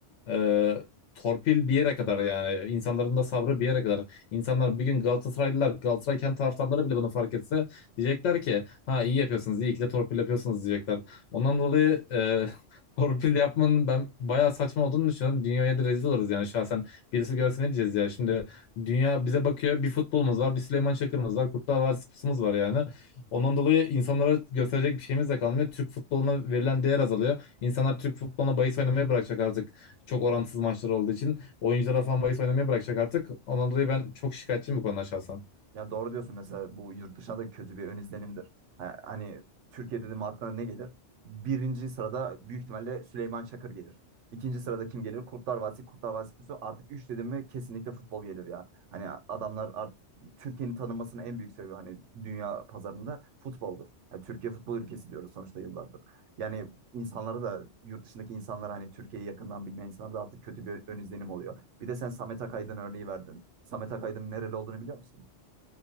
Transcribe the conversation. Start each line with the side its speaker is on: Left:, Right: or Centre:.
Left: e, torpil bir yere kadar yani insanların da sabrı bir yere kadar. İnsanlar bir gün Galatasaraylılar, Galatasaray kendi taraftarları bile bunu fark etse diyecekler ki ha iyi yapıyorsunuz, iyi ki de torpil yapıyorsunuz diyecekler. Ondan dolayı e, <laughs> torpil yapmanın ben bayağı saçma olduğunu düşünüyorum. Dünyaya da rezil oluruz yani şahsen. Birisi görse ne diyeceğiz ya? Şimdi dünya bize bakıyor. Bir futbolumuz var, bir Süleyman Çakır'ımız var, Kurtlar Vadisi'miz var yani. Ondan dolayı insanlara gösterecek bir şeyimiz de kalmıyor. Türk futboluna verilen değer azalıyor. İnsanlar Türk futboluna bahis oynamayı bırakacak artık. Çok orantısız maçlar olduğu için. Oyunculara falan bahis oynamaya bırakacak artık. Ondan dolayı ben çok şikayetçiyim bu konuda şahsen.
Right: Ya doğru diyorsun mesela bu yurt dışına da kötü bir ön izlenimdir. Ha, hani Türkiye dedim aklına ne gelir? Birinci sırada büyük ihtimalle Süleyman Çakır gelir. İkinci sırada kim gelir? Kurtlar Vadisi, Kurtlar Vadisi pusu. Artık üç dedim mi kesinlikle futbol gelir ya. Hani adamlar artık Türkiye'nin tanınmasının en büyük sebebi hani dünya pazarında futboldur. Yani Türkiye futbol ülkesi diyoruz sonuçta yıllardır. Yani insanlara da yurt dışındaki insanlara hani Türkiye'yi yakından bilmeyen insanlara da artık kötü bir ön izlenim oluyor. Bir de sen Samet Akaydın örneği verdin. Samet Akaydın nereli olduğunu biliyor musun?